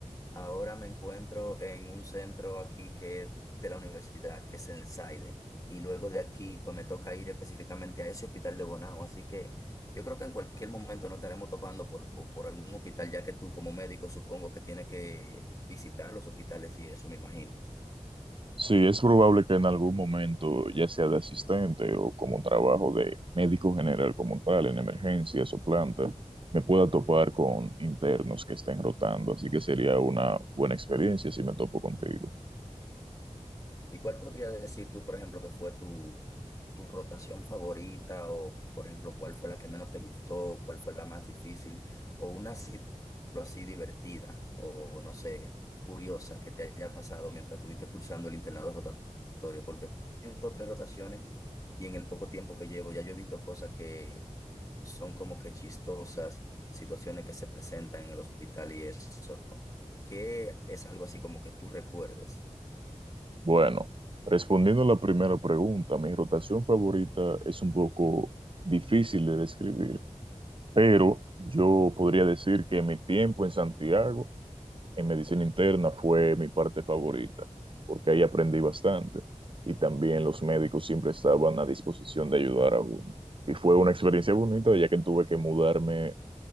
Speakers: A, on the left; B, on the right.
A: Ahora me encuentro en un centro aquí que es de la universidad, que es el SAIDE, y luego de aquí pues me toca ir específicamente a ese hospital de Bonao, así que yo creo que en cualquier momento nos estaremos topando por, por, por algún hospital, ya que tú como médico supongo que tienes que visitar los hospitales y eso, me imagino.
B: Sí, es probable que en algún momento, ya sea de asistente o como trabajo de médico general como tal, en emergencias o planta, me pueda topar con internos que estén rotando, así que sería una buena experiencia si me topo contigo.
A: ¿Y cuál podría decir tú, por ejemplo, que fue tu, tu rotación favorita? O, por ejemplo, ¿cuál fue la que menos te gustó? ¿Cuál fue la más difícil? O una situación así divertida o, no sé, curiosa que te haya pasado mientras estuviste cursando el internado rotatorio. Porque tengo tres rotaciones y en el poco tiempo que llevo ya yo he visto cosas que son como que chistosas, situaciones que se presentan en el hospital y eso. ¿Qué es algo así como que tú recuerdes?
B: Bueno, respondiendo a la primera pregunta, mi rotación favorita es un poco difícil de describir, pero yo podría decir que mi tiempo en Santiago, en medicina interna, fue mi parte favorita, porque ahí aprendí bastante y también los médicos siempre estaban a disposición de ayudar a uno. Y fue una experiencia bonita, ya que tuve que mudarme